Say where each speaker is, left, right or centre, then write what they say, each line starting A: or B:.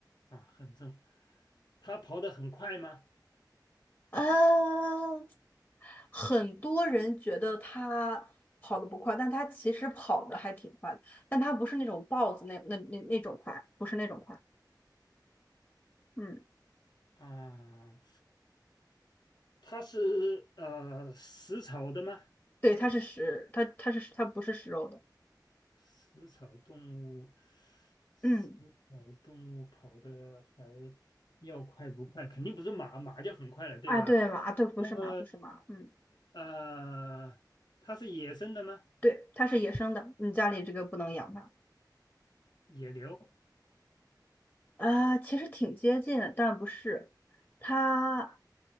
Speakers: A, on the left; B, on the left.
A: 啊，很重。它跑得很快吗？
B: 嗯很多人觉得它跑得不快，但它其实跑得还挺快的，但它不是那种豹子那那那那种快，不是那种快。嗯，
A: 啊，它是呃食草的吗？
B: 对，它是食，它它是它不是食肉的。
A: 食草动物，食草动物跑的还
B: 嗯，
A: 要快不快？肯定不是马，马就很快了，对吧？
B: 啊，对马，对，不是马，
A: 那么
B: 不是马。嗯，
A: 呃，它是野生的吗？
B: 对，它是野生的，你家里这个不能养它。
A: 野牛？
B: 啊，其实挺接近的，但不是。它，